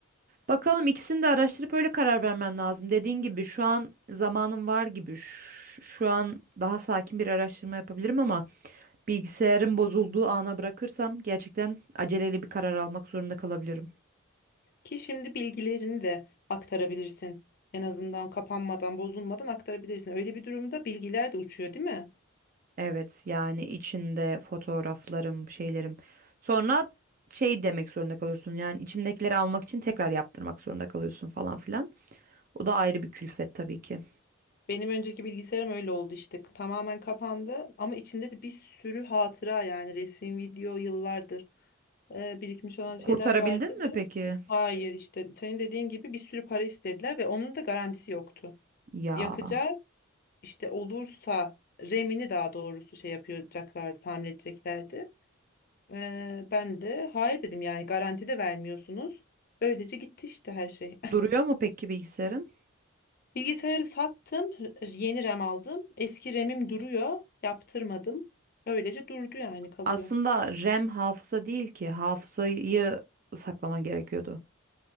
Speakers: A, on the right; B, on the left.
A: Bakalım ikisini de araştırıp öyle karar vermem lazım. Dediğin gibi şu an zamanım var gibi. Ş- Şu an daha sakin bir araştırma yapabilirim ama bilgisayarın bozulduğu ana bırakırsam gerçekten aceleyle bir karar almak zorunda kalabilirim.
B: Ki şimdi bilgilerini de aktarabilirsin. En azından kapanmadan, bozulmadan aktarabilirsin. Öyle bir durumda bilgiler de uçuyor, değil mi?
A: Evet yani içinde fotoğraflarım, şeylerim. Sonra şey demek zorunda kalıyorsun. Yani içindekileri almak için tekrar yaptırmak zorunda kalıyorsun falan filan. O da ayrı bir külfet tabii ki.
B: Benim önceki bilgisayarım öyle oldu işte. Tamamen kapandı ama içinde de bir sürü hatıra yani resim, video, yıllardır e, birikmiş olan şeyler
A: Kurtarabildin
B: vardı.
A: mi
B: Ve
A: peki?
B: Hayır işte senin dediğin gibi bir sürü para istediler ve onun da garantisi yoktu.
A: Ya
B: Yapacağız işte olursa RAM'ini daha doğrusu şey yapacaklardı, tamir edeceklerdi. Ee, ben de hayır dedim yani garanti de vermiyorsunuz. öylece gitti işte her şey.
A: duruyor mu peki bilgisayarın?
B: <laughs> Bilgisayarı sattım, yeni RAM aldım. Eski RAM'im duruyor, yaptırmadım. öylece durdu yani kalıyor.
A: Aslında RAM hafıza değil ki. Hafızayı saklaman gerekiyordu.